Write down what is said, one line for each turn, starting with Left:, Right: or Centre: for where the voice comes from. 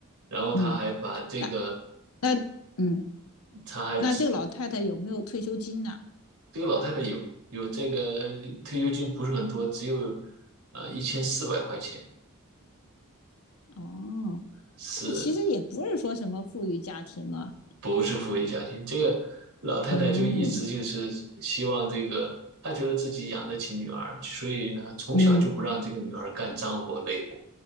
Right: 然后他还把这个，
Left: 嗯，那那嗯，
Right: 他还只
Left: 那这个老太太有没有退休金呢、
Right: 这个老太太有有这个退休金不是很多，只有呃一千四百块钱，
Left: 哦，
Right: 是
Left: 那其实也不是说什么富裕家庭嘛。
Right: 不是富裕家庭，这个老太太就一直就是希望这个，
Left: 嗯
Right: 她觉得自己养得起女儿，所以呢，从小就不让这个女儿干脏活累活。
Left: 嗯。